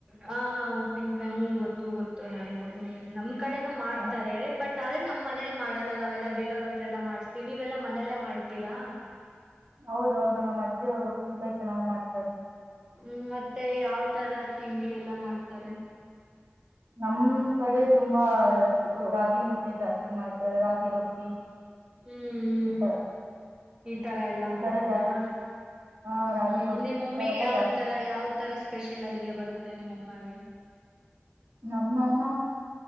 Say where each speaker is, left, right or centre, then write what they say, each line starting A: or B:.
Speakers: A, on the right (about 20°); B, on the right (about 70°).
A: ಹ ಉಪ್ಪಿನಕಾಯ್ ಹೂ ಗೊತ್ತು ಗೊತ್ತು ನನ್ಗು ಹ್ಮ್ ನಮ್ ಕಡೆನೂ ಮಾಡ್ತಾರೆ
B: ನಮ್
A: ಬಟ್. ಆದ್ರೆ ನಮ್ ಮನೇಲಿ ಮಾಡಲ್ಲ ನಾವೆಲ್ಲ ಬೇರೆಯವ್ರ ಹತ್ರ ಎಲ್ಲ ಮಾಡಸ್ತೀವಿ ನೀವೆಲ್ಲಾ ಮನೆಯಲ್ಲೇ ಮಾಡ್ತೀರಾ.
B: ಹೌದೌದು ನಮ್ಮ ಅಜ್ಜಿಯವ್ರು ಉಪ್ಪಿನ್ಕಾಯ್ ಚೆನ್ನಾಗ್ ಮಾಡ್
A: ಹ್ಮ್ ಮತ್ತೆ ಯಾವ್ ತರ ತಿಂಡಿ ಎಲ್ಲ ಮಾಡ್ತಾರೆ.
B: ನಮ್ ಕಡೆ ತುಂಬಾ ಇದು ರಾಗಿ ಮುದ್ದೆ ಜಾಸ್ ಇದ್ ಮಾಡ್ತಾರೆ ರಾಗಿ ರೊಟ್ಟಿ
A: ಹ್ಮ್ ಹ್ಮ್
B: ಈ ತರ.
A: ಈ ತರ ಎಲ್ಲಾ
B: ಈ
A: ಮಾಡ್ತೀರಾ.
B: ತರ ಜಾಸ್ತಿ ಹ ರಾಗಿ
A: ಹ್ಮ್
B: ರೊಟ್ಟಿ
A: ನಿಮ್ಮಮ್ಮಿಗೆ
B: ಇಂಥವೆಲ್ಲಾ
A: ಯಾವ್
B: ಜಾಸ್ತಿ
A: ತರ ಯಾವ್ ತರ ಸ್ಪೆಷಲ್ ಅಡ್ಗೆ ಬರುತ್ತೆ ನಿಮ್ಮಮ್ಮಾಗೆ.
B: ನಮ್ ಅಮ್ಮ